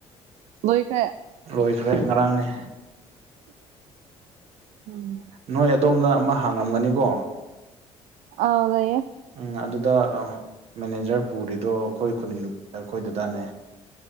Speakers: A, on the right; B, on the right.
A: ꯂꯣꯏꯈꯦ
B: ꯂꯣꯏꯈ꯭ꯔꯦ ꯉꯔꯥꯡꯅꯦ
A: ꯎꯝ
B: ꯅꯣꯏ ꯑꯗꯣꯝꯅ ꯑꯃ ꯍꯥꯡꯂꯝꯒꯅꯤꯀꯣ
A: ꯍꯥꯎꯗꯦ
B: ꯎꯝ ꯑꯗꯨꯗ ꯃꯦꯅꯦꯖꯔ ꯄꯨꯔꯤꯗꯣ ꯑꯩꯈꯣꯏ ꯈꯨꯟꯒꯤ ꯑꯩꯈꯣꯏꯗꯨꯗꯥꯅꯦ